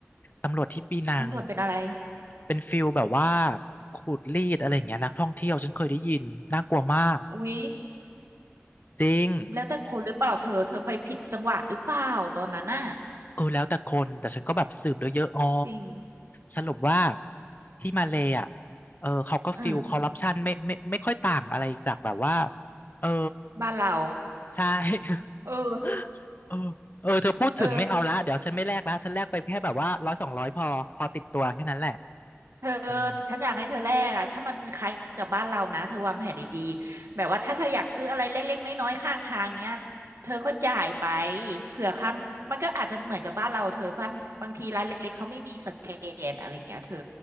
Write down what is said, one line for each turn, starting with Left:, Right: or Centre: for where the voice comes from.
Left: ตำรวจที่ปีนัง
Right: ตำรวจเป็นอะไร
Left: เป็นฟิลแบบว่าขูดรีดอะไรอย่างเงี้ยนักท่องเที่ยวฉันเคยได้ยินน่ากลัวมาก
Right: อุ๊ย
Left: จริง
Right: แล้วแต่คนหรือเปล่าเธอเธอไปผิดจังหวะหรือเปล่าตอนนั้นน่ะ
Left: เออแล้วแต่คนแต่ฉันก็แบบสืบเยอะๆอ๋อ
Right: จริง
Left: สรุปว่าที่มาเลย์อ่ะเออเขาก็ฟิลคอร์รัปชันไม่ไม่ไม่ค่อยต่างอะไรจากแบบว่า
Right: เออ
Left: เออ
Right: บ้านเรา
Left: ใช่
Right: เออ
Left: <laughs> เออเออเธอพูดถึงไม่เอาละเดี๋ยวฉันไม่แลกละฉันแลกไปแค่แบบว่าร้อยสองร้อยพอพอติดตัวแค่นั้นแหละ
Right: เออ เธอ
Left: อืม
Right: ฉันอยากให้เธอแลกอะถ้ามันคล้ายกับบ้านเรานะเธอวางแผนดีๆแบบว่าถ้าเธออยากซื้ออะไรเล็กๆน้อยๆข้างทางเนี้ยเธอก็จ่ายไปเผื่อข้างมันก็อาจจะเหมือนกับบ้านเราเธอบ้านบางทีร้านเล็กๆเขาไม่มีสแกนอะไรอย่างเงี้ยเธอ